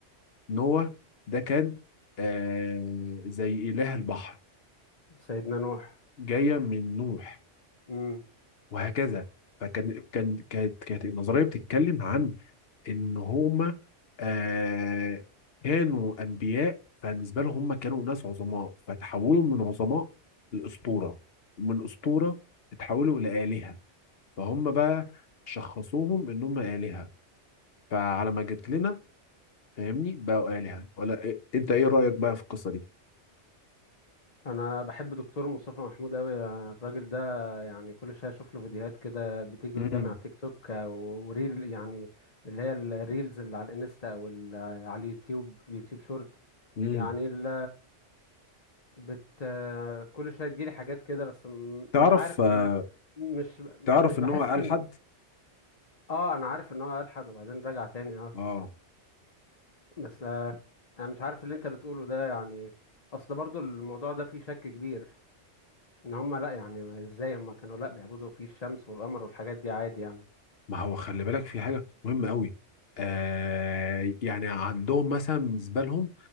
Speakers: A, on the left; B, on the left.
A: نوح ده كان آه زي اله البحر
B: سيدنا نوح
A: جايه من نوح
B: امم
A: وهكذا فكان كان كانت كانت النظريه بتتكلم عن ان هما آه كانوا انبياء فبالنسبه لهم هم كانوا ناس عظماء فتحولوا من عظماء لاسطوره من اسطوره اتحولوا الى الهه فهم بقى شخصوهم ان هم آلهة فعلى ما جت لنا فاهمني بقوا آلهة ولا إيه؟ انت ايه رأيك بقى في القصة دي
B: انا بحب دكتور مصطفى محمود قوي الراجل ده يعني كل شويه اشوف له فيديوهات كده بتيجي
A: امم
B: قدامي على تيك توك أو- وريل يعني اللي هي الريلز اللي على الانستا او ال- على اليوتيوب اليوتيوب شورت
A: امم
B: يعني ال- بت كل شويه تجيلي حاجات كده بس م-
A: تعرف
B: مش عارف
A: آه،
B: ما مش
A: تعرف
B: مش بحس
A: ان هو قال
B: ان
A: حد
B: اه انا عارف ان هو الحد وبعدين رجع تاني آه.
A: اه
B: بس آه، انا مش عارف اللي انت بتقوله ده يعني اصل برضو الموضوع ده فيه شك كبير ان هم لا يعني ما- ازاي هم كانوا لا بيعبدوا فيه الشمس والقمر والحاجات دي عادي يعني
A: ما هو خلي بالك في حاجة مهمة قوي آه يعني عندهم مثلا بالنسبة لهم